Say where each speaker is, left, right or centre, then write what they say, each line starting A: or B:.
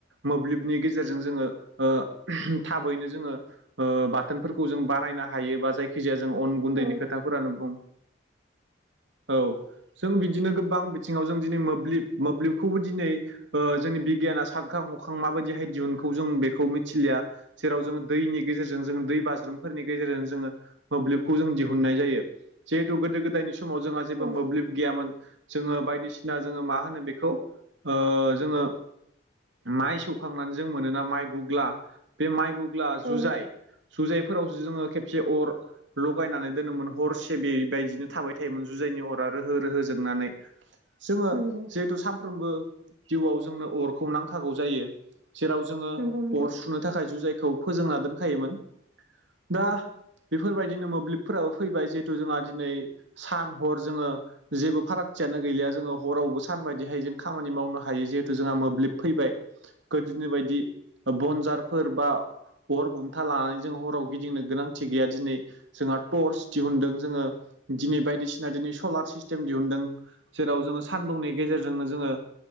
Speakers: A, on the right (about 75°); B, on the right (about 60°).
A: मोब्लिबनि गेजेरजों जोङो ओ थाबैनो जोङो ओ बा थोनफोरखौ जों बानायनो हायो बा जायखि जाया जों अन गुन्दैनि
B: औ
A: खोथाफोरानो बुं। औ। जों बिदिनो गोबां बिथिङाव जों दिनै मोब्लिब मोब्लिबखौबो दिनै ओ जोंनि बिगियाना साबखां हखां माबायदिहाय दिहुनखौ जों बेखौ मिथिलिया। जेराव जोङो दैनि गेजेरजों जोङो दै बाज्रुमफोरनि गेजेरजों जोङो मोब्लिबखौ जों दिहुननाय जायो जिहेथु गोदो गोदायनि समाव जोंहा जेबो
B: औ
A: मोब्लिब गैयामोन जोङो बायदिसिना जोङो मा होनो बेखौ ओ जोङो माइ सौखांनानै जों मोनोना माइ गुग्ला बे माइ गुग्ला
B: औ
A: जुजाय सुजाइफोरावसो जोङो खेबसे अर लगायनानै दोनोमोन हरसे बेबायदिनो थाबाय थायोमोन जुजायनि अरा रोहो रोहो जोंनानै। <inaudible> जोङो
B: नंगौ
A: जिहेतु सामफ्रोमबो जिउआव जोंनो अरखौ नांखागौ जायो। जेराव जोङो
B: नंगौ नोंथां
A: अर सुनो थाखाय जुजायखौ फोजोंना दोनखायोमोन दा बेफोरबायदिनो मोब्लिबफोराबो फैबाय जिहेथु जोंहा दिनै सान हर जोङो जेबो फारागथियानो गैलिया जोङो हरावबो सान बाददिहाय जों खामानि मावनो हायो जिहेथु जोंहा मोब्लिब फैबाय गोदोनि बायदि बनजारफोर बा अर बुन्था लानानै जों हराव गिदिंनो गोनांथि गैया दिनै। जोंहा टर्स दिहुनदों जोङो दिनै बायदिसिना दिनै सलार सिस्टेम दिहुनदों। जेराव जोङो सानदुंनि गेजेरजोंनो जोङो